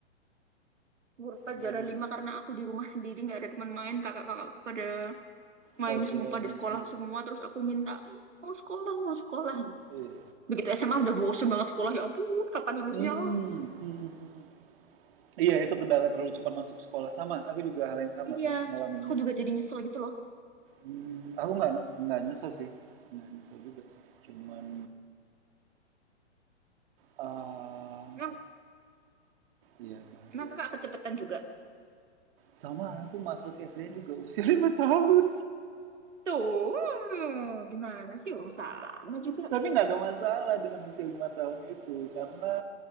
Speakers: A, on the right; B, on the right.
A: Umur 4
B: Di-
A: jalan 5 karena aku di rumah sendiri nggak ada teman main, kakak-kakak pada main
B: Pada
A: semua pada
B: Mansumaya.
A: sekolah semua terus aku minta mau sekolah, mau sekolah.
B: Iya.
A: Begitu SMA udah bosen banget sekolah, ya ampun, kapan lulusnya?
B: Hmm, hmm, hmm. hmm. Iya, itu kendala terlalu cepat masuk sekolah. Sama, aku juga hal yang sama
A: Iya,
B: tuh ngalaminnya.
A: aku juga jadi nyesel gitu loh.
B: Hmm, aku nggak nggak nyesel sih, nggak nyesel juga sih. Cuman Eee,
A: Emang,
B: iya bahagia
A: emang kakak
B: aja.
A: kecepetan juga.
B: Sama anakku masuk SD-nya juga usia <laughs> 5 tahun,
A: Tuh, hmm, gimana sih orang sama juga.
B: tapi nggak ada masalah dengan usia 5 tahun itu karena,